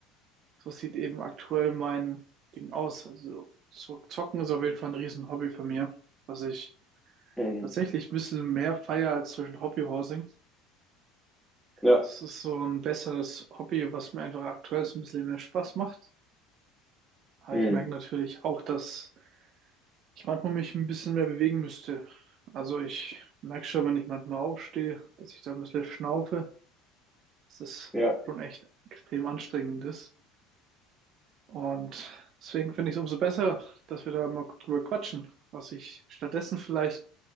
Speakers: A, on the right; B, in the centre.
A: so sieht eben aktuell mein Ding aus. Also so zocken ist auf jeden Fall ein riesen Hobby von mir, was ich
B: Hm.
A: tatsächlich ein bisschen mehr feiere als zum Beispiel Hobbyhousing.
B: Ja.
A: Das ist so ein besseres Hobby, was mir einfach aktuell so ein bisschen mehr Spaß macht. Aber
B: Hm.
A: ich merke natürlich auch, dass ich manchmal mich ein bisschen mehr bewegen müsste. Also ich merke schon, wenn ich manchmal aufstehe, dass ich da ein bisschen schnaufe. Das ist
B: Ja.
A: schon echt extrem anstrengendes. Und deswegen finde ich es umso besser, dass wir da mal drüber quatschen, was ich stattdessen vielleicht